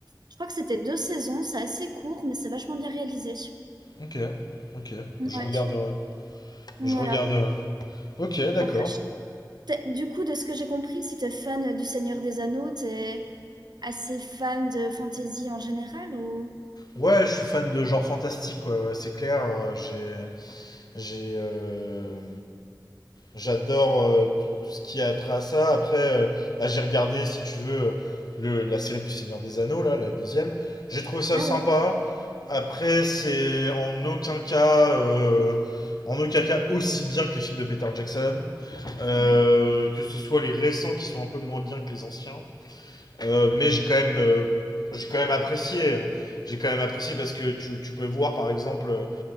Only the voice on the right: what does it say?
Je crois que c'était deux saisons. C'est assez court, mais c'est vachement bien réalisé.
Ouais,
voilà.
Après, je- t'es- du coup, de ce que j'ai compris, si t'es fan du Seigneur des Anneaux, t'es Assez fan de fantasy en général ou?
Ah
ouais?
Ouais.